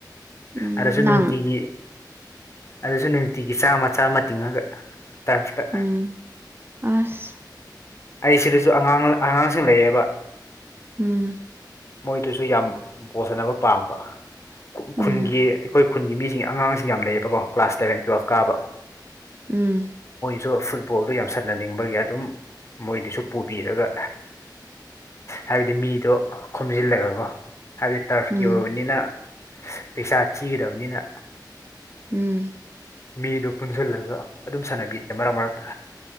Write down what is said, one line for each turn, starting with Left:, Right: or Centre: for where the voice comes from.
Right: ꯎꯝ
Left: ꯑꯁꯨ
Right: ꯅꯪ
Left: ꯅꯨꯡꯇꯤꯒꯤ ꯑꯗꯨꯁꯨ ꯅꯨꯡꯇꯤꯒꯤ ꯆꯥꯝꯃ ꯆꯥꯝ ꯑꯃ ꯇꯤꯡꯉꯒ ꯇꯔꯞꯇ
Right: ꯎꯝ ꯑꯁ
Left: ꯑꯩ ꯁꯤꯗꯁꯨ ꯑꯉꯥꯡ ꯑꯉꯥꯡꯁꯤꯡ ꯂꯩꯌꯦꯕ
Right: ꯎꯝ
Left: ꯃꯣꯏꯗꯨꯁꯨ ꯌꯥꯝ ꯄꯣꯁꯟꯅꯕ ꯄꯥꯝꯕ
Right: ꯎꯝ
Left: ꯈꯨꯟꯒꯤ ꯑꯩꯈꯣꯏ ꯈꯨꯟꯒꯤ ꯃꯤꯁꯤꯡ ꯑꯉꯥꯡꯁꯤꯡ ꯌꯥꯝ ꯂꯩꯔꯕꯀꯣ ꯀ꯭ꯂꯥꯁ ꯁꯂꯕꯦꯟ ꯇꯨꯌꯦꯜꯞ ꯀꯥꯕ
Right: ꯎꯝ
Left: ꯁꯨ ꯐꯨꯠꯕꯣꯜꯗ ꯌꯥꯝ ꯁꯥꯟꯅꯅꯤꯡꯕꯒꯤ ꯑꯗꯨꯝ ꯃꯣꯏꯗꯨꯁꯨ ꯄꯨꯕꯤꯔꯒ ꯍꯥꯏꯕꯗꯤ ꯃꯤꯗꯣ ꯈꯣꯝꯖꯤꯜꯂꯒꯀꯣ ꯍꯥꯏꯕꯗꯤ ꯇꯔꯐꯀꯤ
Right: ꯎꯝ
Left: ꯑꯣꯏꯕꯅꯤꯅ ꯄꯩꯁꯥ ꯊꯤꯒꯗꯕꯅꯤꯅ
Right: ꯎꯝ
Left: ꯃꯤꯗꯣ ꯄꯨꯟꯁꯤꯜꯂꯒ ꯑꯗꯨꯝ ꯁꯥꯟꯅꯕꯤꯗꯦ ꯃꯔꯛ ꯃꯔꯛꯇ